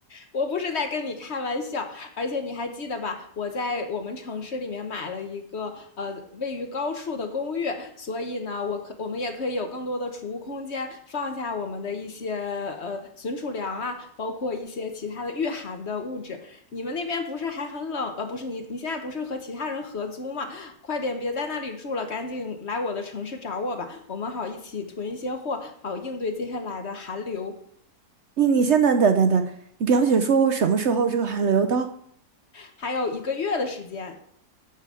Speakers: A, on the left; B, on the right.
A: 我不是在跟你开玩笑，而且你还记得吧？我在我们城市里面买了一个呃位于高处的公寓，所以呢，我可我们也可以有更多的储物空间，放下我们的一些呃存储粮啊，包括一些其他的御寒的物质。你们那边不是还很冷？呃，不是你你现在不是和其他人合租吗？快点别在那里住了，赶紧来我的城市找我吧，我们好一起囤一些货，好应对接下来的寒流。
B: 你你先等等等等，你表姐说我什么时候这个函留到？
A: 还有一个月的时间。